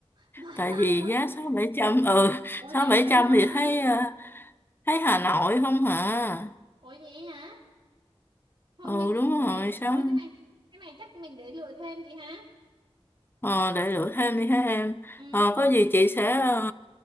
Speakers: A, on the right; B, on the left.
A: Vậy
B: tại vì
A: hả? Ủa,
B: giá sáu bảy trăm ừ
A: ủa
B: sáu
A: rẻ
B: bảy
A: vậy
B: trăm
A: luôn
B: thì
A: á
B: thấy
A: hả
B: ờ, thấy Hà Nội không hả
A: ủa vậy hả? thôi
B: ừ
A: mình
B: đúng
A: để
B: rồi sáu
A: thôi cái này cái này chắc mình để lựa thêm chị hả
B: ờ, để lựa thêm đi ha em
A: ừ
B: ờ, có gì chị sẽ ờ,